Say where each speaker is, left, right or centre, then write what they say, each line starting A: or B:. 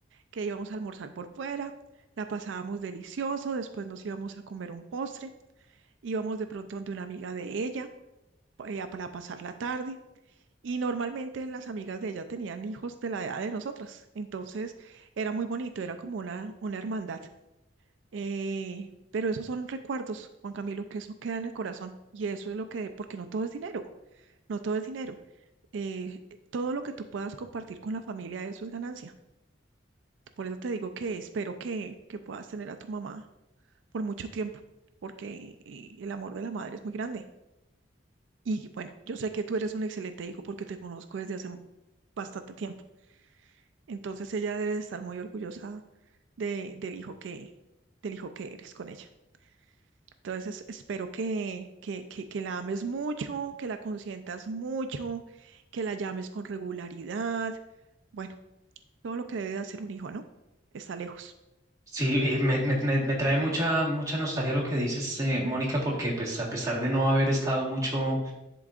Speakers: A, on the right (about 80°); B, on the right (about 15°).
A: que íbamos a almorzar por fuera, la pasábamos delicioso, después nos íbamos a comer un postre, íbamos de pronto donde una amiga de ella eh, para pasar la tarde y normalmente las amigas de ella tenían hijos de la edad de nosotras, entonces era muy bonito, era como una, una hermandad. Eh, pero esos son recuerdos, Juan Camilo, que eso queda en el corazón. Y eso es lo que, porque no todo es dinero, no todo es dinero. Eh, todo lo que tú puedas compartir con la familia, eso es ganancia. Por eso te digo que espero que, que puedas tener a tu mamá por mucho tiempo, porque eh, el amor de la madre es muy grande. Y bueno, yo sé que tú eres un excelente hijo porque te conozco desde hace bastante tiempo. Entonces ella debe estar muy orgullosa de, del hijo que, del hijo que eres con ella. Entonces, espero que, que, que, que la ames mucho, que la consientas mucho, que la llames con regularidad. Bueno, todo lo que debe de hacer un hijo, ¿no? Está lejos.
B: Sí, eh, me, me- me- me trae mucha, mucha nostalgia lo que dices, eh, Mónica, porque pues a pesar de no haber estado mucho